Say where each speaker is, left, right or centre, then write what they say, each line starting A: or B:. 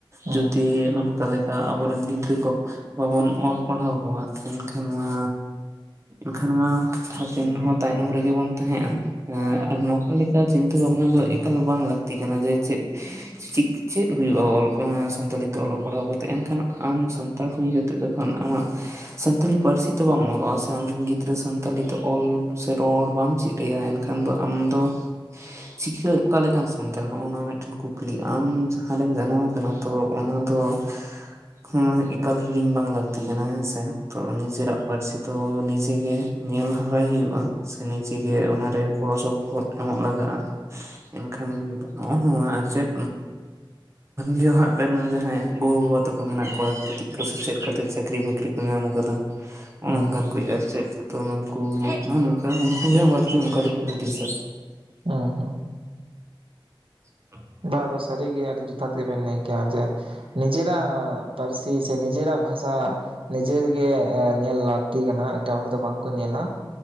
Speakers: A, on the right; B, on the right.
A: ᱡᱩᱫᱤ
B: ᱦᱮᱸ
A: ᱚᱱᱠᱟ ᱞᱮᱠᱟ ᱼᱼ ᱟᱵᱚ ᱨᱮᱱ ᱜᱤᱫᱽᱨᱟᱹ ᱠᱚ ᱵᱟᱵᱚᱱ ᱚᱞ ᱯᱟᱲᱦᱟᱣ ᱠᱚᱣᱟ <unintelligible> ᱮᱱᱠᱷᱟᱱ ᱢᱟ ᱮᱱᱠᱷᱟᱱ ᱢᱟ ᱦᱟᱯᱤᱱ ᱨᱮ ᱦᱚᱸ ᱛᱟᱭᱱᱚᱢ ᱨᱮᱜᱮ ᱵᱚᱱ ᱛᱟᱦᱮᱸᱜ-ᱟ ᱟᱨ ᱱᱚᱝᱠᱟ ᱞᱮᱠᱟ ᱪᱤᱱᱛᱟᱹ ᱵᱷᱟᱵᱽᱱᱟ ᱫᱚ ᱮᱠᱟᱞ ᱵᱟᱝ ᱞᱟᱹᱠᱛᱤ ᱠᱟᱱᱟ ᱡᱮ ᱪᱮᱫ ᱼᱼ <unintelligible> ᱪᱮᱫ ᱦᱩᱭᱩᱜ-ᱟ <unintelligible> ᱥᱟᱱᱛᱟᱲᱤ ᱛᱮ ᱚᱞᱚᱜ ᱯᱟᱲᱦᱟᱣ ᱠᱟᱛᱮ ᱮᱱᱠᱷᱟᱱ ᱼᱼ ᱟᱢ ᱥᱟᱱᱛᱟᱲ ᱦᱩᱭ ᱠᱟᱛᱮ ᱡᱚᱠᱷᱚᱱ ᱟᱢᱟᱜ ᱥᱟᱱᱛᱟᱞᱤ ᱯᱟᱹᱨᱥᱤ ᱛᱮ ᱵᱟᱢ ᱚᱞᱚᱜᱼᱟ ᱥᱮ ᱟᱢ ᱨᱤᱱ ᱜᱤᱫᱽᱨᱟᱹ ᱼᱼ ᱜᱤᱫᱽᱨᱟᱹ ᱥᱟᱱᱛᱟᱞᱤ ᱛᱮ ᱚᱞ ᱥᱮ ᱨᱚᱲ ᱵᱟᱢ ᱪᱮᱫ ᱟᱭᱟ ᱮᱱᱠᱷᱟᱱ ᱫᱚ ᱟᱢ ᱫᱚᱼᱼ ᱪᱤᱠᱟᱹ ᱚᱠᱟ ᱞᱮᱠᱟᱱ ᱥᱟᱱᱛᱟᱲ ᱱᱚᱜ-ᱚ ᱱᱚᱣᱟ ᱢᱤᱫᱴᱮᱱ ᱠᱩᱠᱞᱤ ᱟᱢ ᱼᱼ ᱡᱟᱦᱟᱸ ᱨᱮᱢ ᱡᱟᱱᱟᱢ ᱟᱠᱟᱱᱟ ᱛᱚ ᱚᱱᱟ ᱫᱚ ᱼᱼ ᱦᱮᱸ ᱮᱠᱟᱞ ᱦᱤᱲᱤᱧ ᱵᱟᱝ ᱞᱟᱹᱠᱛᱤ ᱠᱟᱱᱟ ᱦᱮᱸ ᱥᱮ ᱾ ᱛᱚ ᱱᱤᱡᱮᱨᱟᱜ ᱯᱟᱹᱨᱥᱤ ᱫᱚ ᱱᱤᱡᱮ ᱜᱮ ᱧᱮᱞ ᱦᱟᱨᱟᱭ ᱦᱩᱭᱩᱜᱼᱟ ᱾ ᱥᱮ ᱱᱤᱡᱮᱜᱮ ᱚᱱᱟᱨᱮ ᱜᱚᱲᱚ ᱥᱚᱯᱚᱦᱚᱫ ᱮᱢᱚᱜ ᱞᱟᱜᱟᱜᱼᱟ ᱮᱱᱠᱷᱟᱱᱼᱼ ᱱᱚᱜᱼᱚ ᱱᱚᱣᱟ ᱟᱨ ᱪᱮᱫ ᱱᱚᱣᱟᱜ ᱨᱮᱱᱟᱜ ᱡᱟᱦᱟᱸᱭ ᱜᱚ ᱵᱟᱵᱟ᱾ ᱠᱚ ᱢᱮᱱᱟᱜ ᱠᱚᱣᱟ ᱠᱟᱹᱴᱤᱡ ᱠᱚ ᱥᱮᱪᱮᱫ ᱠᱟᱛᱮᱫ ᱪᱟᱹᱠᱨᱤ ᱵᱟᱹᱠᱨᱤ ᱠᱚ ᱧᱟᱢ ᱟᱠᱟᱫᱟ ᱚᱱᱮ
B: ᱦᱮᱸ
A: ᱚᱱᱠᱟᱱ
B: ᱦᱮᱸ
A: ᱠᱚ᱾ ᱟᱨ ᱪᱮᱫᱚ ᱱᱩᱠᱩ ᱱᱚᱝᱠᱟ ᱩᱱᱠᱩ ᱦᱚ ᱵᱟᱹᱲᱛᱤ ᱚᱱᱠᱟ ᱫᱚᱠᱚ ᱦᱩᱫᱤᱥᱟ᱾
B: ᱦᱮᱸ ᱦᱮᱸ
A: <unintelligible>
B: ᱵᱟ ᱟᱫᱚ ᱥᱟᱹᱨᱤ ᱜᱮ ᱟᱨ ᱡᱚᱛᱷᱟᱛ ᱜᱮᱵᱮᱱ ᱞᱟᱹᱭ ᱠᱮᱜᱼᱟ ᱡᱮ ᱼᱼ ᱱᱤᱡᱮᱨᱟᱜ ᱯᱟᱹᱨᱥᱤ ᱥᱮ ᱱᱤᱡᱮᱨᱟᱜ ᱵᱷᱟᱥᱟ ᱱᱤᱡᱮ ᱛᱤᱜᱮ ᱧᱮᱞᱼᱼ ᱴᱤ ᱠᱟᱱᱟ ᱮᱴᱟᱜ ᱦᱚᱲ ᱫᱚ ᱵᱟᱝ ᱠᱚ ᱧᱮᱞᱟ᱾